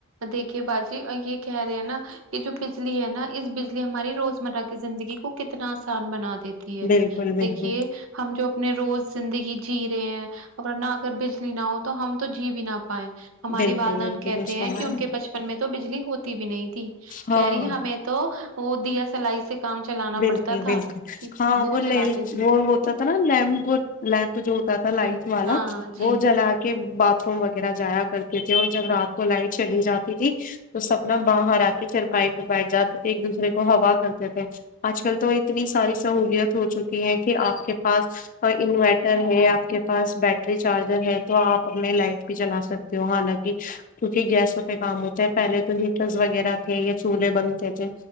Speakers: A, on the right; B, on the left.
A: دیکھیے باجی یہ کہہ رہے ہیں نا کہ جو بجلی ہے نا اس بجلی ہماری روزمرہ کی زندگی کو کتنا آسان بنا دیتی ہے
B: بالکل
A: دیکھیے
B: بالکل
A: ہم جو اپنے روز زندگی جی رہے ہیں اور نہ اگر بجلی نہ ہو تو ہم تو جی بھی نہ پائے ہماری
B: بالکل
A: والدین
B: بالکل
A: کہتے
B: اس
A: ہیں
B: سمے
A: کہ ان کے بچپن میں تو بجلی ہوتی بھی نہیں تھی
B: ہاں
A: کہہ رہی ہمیں تو وہ دیا سلائی سے کام چلانا
B: بالکل
A: پڑتا تھا
B: بالکل
A: کہ
B: ہاں وہ ل
A: چلاتے تھی
B: وہ ہوتا تھا نا لیمپ لیمپ جو ہوتا تھا لائٹ والا
A: ہاں جی
B: وہ جلا کے باتھ روم وغیرہ جایا کرتے تھے اور جب رات کو لائٹ چلی جاتی تھی تو سپنا باہر آ کے پھر پائی پہ بیٹھ جاتے تھے ایک دوسرے کو ہوا کرتے تھے آج کل تو اتنی ساری سہولیت ہو چکی ہے کہ آپ کے پاس اور انورٹر ہے آپ کے پاس بیٹری چارجر ہے تو آپ اپنے لائٹ بھی چلا سکتے ہو حالانکہ کیونکہ گیسوں پہ کام ہوتے ہے پہلے تو ہیٹر وغیرہ تھے یا چولہے بنتے تھے